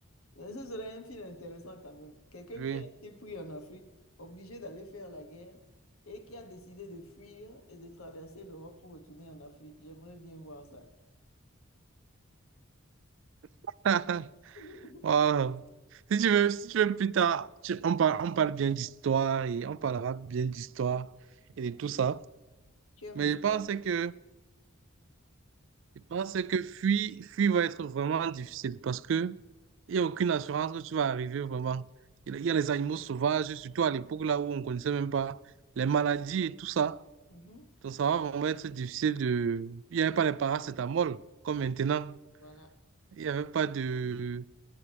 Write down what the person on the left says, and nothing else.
Mais ce serait un film intéressant quand même. Quelqu'un
qui a été pris en Afrique, obligé d'aller faire la guerre et qui a décidé de fuir et de traverser l'Europe pour retourner en Afrique. J'aimerais bien voir ça.
<laughs>
Tu aimes
l'histoire?
Mhm.
Voilà.